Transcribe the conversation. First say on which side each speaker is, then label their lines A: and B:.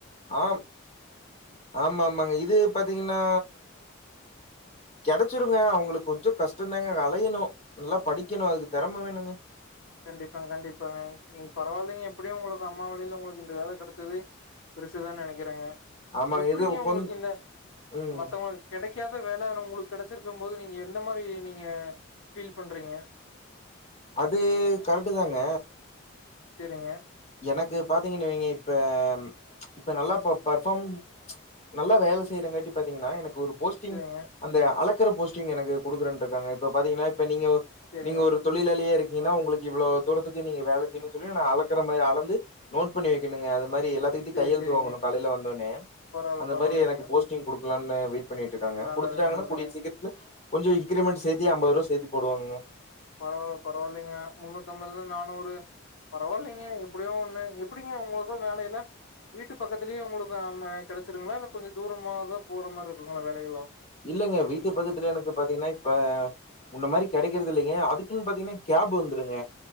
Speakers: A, on the left (about 30°); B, on the left (about 70°).
A: ஆம் ஆமா ஆமாங்க இது பாத்தீங்கன்னா கெடச்சிருங்க அவுங்குளுக் கொஞ்சோ கஷ்டந்தாங்க அலையணு நல்லா படிக்கணு அதுக்கு தெறம வேணுங்க
B: கண்டிப்பா கண்டிப்பாங்க நீங்க பரவாலைங்க எப்டியு உங்களுக்கு அம்மா வழில ஒங்களுக்கு இந்த வேல கெடச்சது பெரிசுதா நெனைக்கிறேங்க
A: ஆமாங்க
B: எப்டிங்கே
A: இது கொஞ்
B: உங்களுக் இந்த
A: ம்
B: மத்தவளுங் கெடைக்காத வேல ஆனா உங் கெடச்சிருக்கு போது நீங்க எந்த மாரி நீங்க ஃபீல் பண்றீங்க
A: அது கரட்டுதாங்க
B: செரிங்க
A: எனக்கு பாத்தீகின் வைங்க இப்ப இப்ப நல்லா போ பெர்ஃபாம் நல்லா வேல செய்றங்காட்டி பாத்தீங்குனா எனக் ஒரு போஸ்டிங்
B: செரிங்க
A: அந்த அளக் க்ற போஸ்டிங் எனக்கு குடுக்குறன்ட்ருக்காங்க இப்போ பாத்தீங்கனா இப்ப நீங்க ஒ
B: செரிங்க
A: நீங்க ஒரு தொழிலாளியா இரு ந்தீங்கனா உங்களுக்கு இவுளோ தூரத்துக்கு நீங்க வேல செய்னு சொல்லி நா அளக் கற மாரி அளந்து நோட் பண்ணிவைக்கணுங்க அத மாரி எல்லாத்துக்கிட்டியு
B: செரி
A: கையெழுத்து
B: செரிங்க
A: வாங்கணு காலேல வந்தோனே
B: பரவால்ல
A: அந்த
B: பரவால்லைங்க
A: மாரி எனக்கு போஸ்டிங் குடு க்லான்னு வெய் பண்ணீட்ருக்காங்க
B: நல்லது
A: குடுத்துட்டாங்கனா
B: நல்லதுங்க
A: கூடிய சீக்கர்த்துல கொஞ்சோ இன்கிரிமென்ட் சேத்தே அம்பதுருவா சேத்தி போடுவாங்கங்க
B: பரவால பரவால்லைங்க முன்னூத் அம்பதுல நானூறு பரவாயில்லைங்க எப்புடியு ஒண்ணு எப்புடிங்க உங்களுக்கு வேல எல்லா வீட்டு பக்கத்துலே உங்களுக்கு அம்ம கெடைச்சிருங்ளா இல்ல கொஞ்ச தூரமாதா போற மாரி இருக்குங்களா வேலயெல்லா
A: இல்லங்க வீட்டு பக்கத்துல எனக்கு பாத்தீங்ன்னா இப்ப முன்ன மாரி கெடைக்கறதில்லைங்க அதுக்குன் பாத்தீங்னா கேப் வந்துருங்க